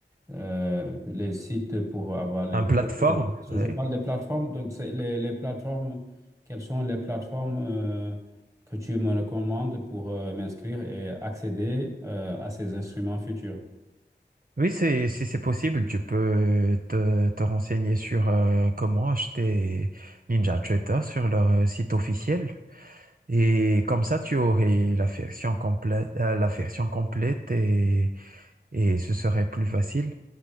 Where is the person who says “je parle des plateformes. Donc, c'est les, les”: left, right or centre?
Right